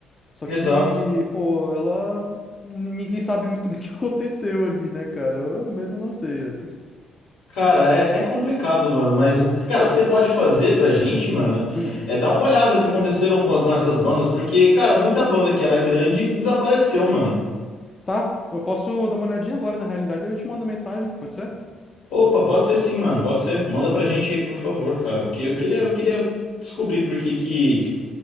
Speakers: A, on the left; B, on the left.
A: Só
B: Exato.
A: que, pô, ela. Ninguém sabe muito bem <laughs> o que aconteceu ali, né, cara? Eu mesmo não sei.
B: Cara, é, é complicado, mano, mas o que- cara, o que você pode fazer pra gente, mano,
A: Hum,
B: é dar uma olhada no que aconteceram com, com essas bandas, porque, cara, muita banda que era grande desapareceu, mano.
A: tá. Eu posso dar uma olhadinha agora, na realidade, eu te mando mensagem, pode ser?
B: Opa, pode ser sim, mano, pode ser. Manda pra gente aí, por favor, cara,
A: Ah,
B: porque eu
A: perfeito.
B: queria, eu queria descobrir por que que